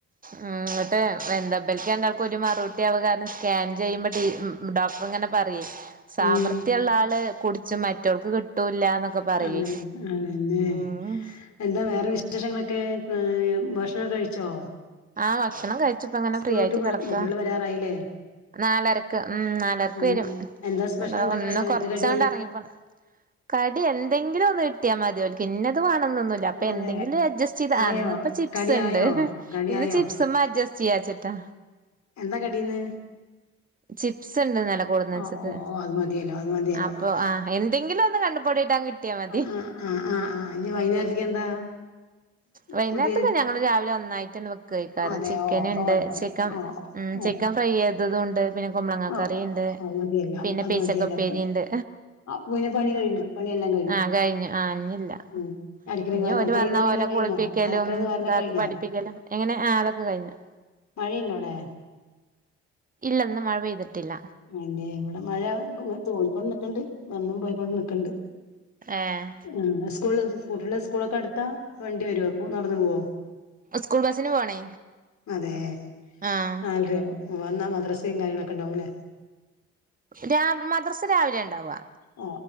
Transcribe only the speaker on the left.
ഉം
അതെ അതെന്നെ
എന്താ വേറെ വിശേഷങ്ങളൊക്കെ? ഏ ഭക്ഷണം കഴിച്ചോ?
സ്കൂൾ
വിട്ട് കുട്ടികള്
വരാറായില്ലേ
ഉം
എന്താ സ്പെഷ്യൽ
ഉണ്ടാക്കണേ
അവർക്ക്
കടി
അതെ
ആയോ
കടി
ആയോ കടി
ആയോ
എന്താ കടീന്ന്
ആ ഓ ഓ അത് മതിയല്ലോ അത് മതിയല്ലോ
ആഹ
ആ ആഹ് ആഹ് ആഹ് ഇനി വൈകുന്നേരത്തേക്ക് എന്താ?
പുതിയ
അതെ
ഓ അപ്പൊ
കൊഴപ്പല്ല
ഓ
ഓ
ആഹ്
അത് മതിയല്ലോ
അത്
മതിയല്ലോ അപ്പ
അപ്പൊ പിന്നെ പണി കഴിഞ്ഞു പണിയെല്ലാം
ഉം അടിക്കലും
വാരലും
കുളിയും
നനയെല്ലാം
കഴിഞ്ഞോ
അലക്കലും വാരലൊക്കെ
കഴിഞ്ഞോ
മഴീണ്ടോ അവിടെ?
പിന്നെ ഇവിടെ മഴ തൂങ്ങി ക്കൊണ്ട് നിക്ക് ണ്ട് വന്നും പോയിക്കൊണ്ട് നിക്കണ്ട്.
ആ സ്കൂള് കുട്ടികളെ സ്കൂളൊക്കെ അടുത്താ വണ്ടി വരൊ അപ്പൊ നടന്നു പോവോ??
അതെ
നാലര ആകും വന്നാൽ മദ്രസയും കാര്യങ്ങളൊക്കെ ഉണ്ടാവും ല്ലേ?
ഓ